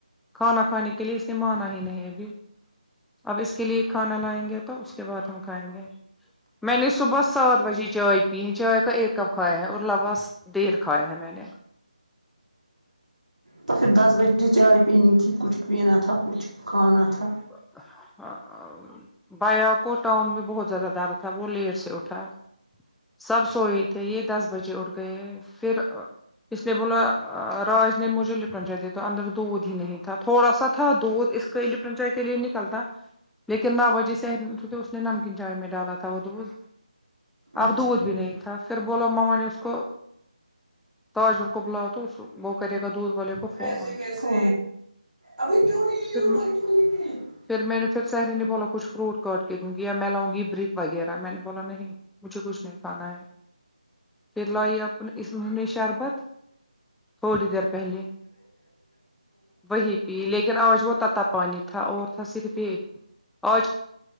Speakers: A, in the centre; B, on the right (about 75°).
A: کھانا کھانے کے لیے اس نے مانا ہی نہیں ابھی اب اس کے للئے کھانا لائیں گے تا اس کے بعد ہم کھائیں گے میں نے صبح سات بجے چائے پی ہے چائے کا ایک کپ کھایا ہے اور لواس ڈیر کھایا ہے میں نے
B: تو پھر دس بجے چائے پینی تھی کچھ پینا تھا کچھ کھانا تھا
A: <unintelligible> بایا کوٹان میں بہت زیادہ ڈر تھا وہ لیر سے اٹھا سب سوئے تھے یہ دس بجے اٹھ گئے پھر اس نے بولا راج نے مجھے لٹنا چاہیے تھا اندر دودھ ہی نہیں تھا تھوڑا سا تھا دودھ اس کے لپٹن چائے کے لیے نکلتا لیکن نا وجی میں نمکین چائے میں ڈالا تھا وہ دودھ اب
B: اچھا
A: دودھ بھی نہیں تھا پھر بوللاو ماما نے اس کو تاج مل کو بلاؤ تو وہ کرے گا دودھ والے کو فون
B: ایسے کیسے ابھی کیوں نہیں
A: پھر
B: <unintelligible>
A: پھر میں نے پھر سہری نے بولا کچھ فروٹ کاٹ کے دوں گی یا میں لاؤ گی برک وغیرہ میں نے بولا نہیں مجھے کچھ نہیں کھانا ہے پھر لوائی اپ اس مہی نے شربت تھوڑی دیر پہلے وہی پی لیکن آج وہ تا پانی تھا اور تھا صرف یہ آج